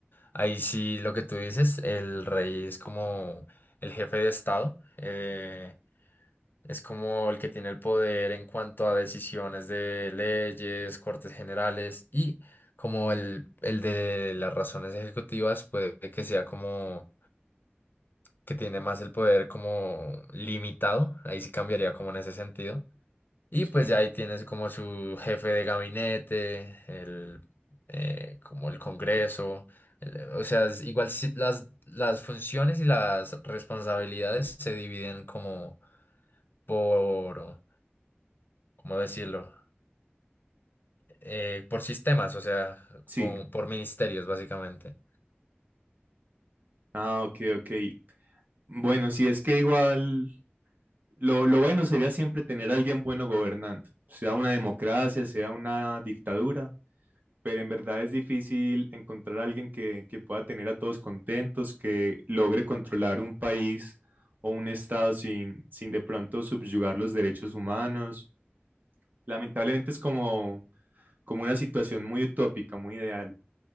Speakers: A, on the left; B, on the right.
A: ahí sí lo que tú dices, el rey es como el jefe de Estado, eh, es como el que tiene el poder en cuanto a decisiones de leyes, cortes generales y como el, el de las razones ejecutivas puede que sea como que tiene más el poder como limitado, ahí sí cambiaría como en ese sentido y
B: Sí,
A: pues ya ahí tienes como su jefe de gabinete, el, eh, como el Congreso. el- o sea, es igual si- las, las funciones y las responsabilidades se dividen como por, ¿cómo decirlo? Eh, por sistemas, o sea,
B: sí.
A: como por ministerios básicamente.
B: Ah, ok, ok. Bueno, sí, es que igual lo, lo bueno sería siempre tener a alguien bueno gobernando, sea una democracia, sea una dictadura. pero en verdad es difícil encontrar a alguien que, que pueda tener a todos contentos, que logre controlar un país o un estado sin, sin de pronto subyugar los derechos humanos. Lamentablemente es como, como una situación muy utópica, muy ideal.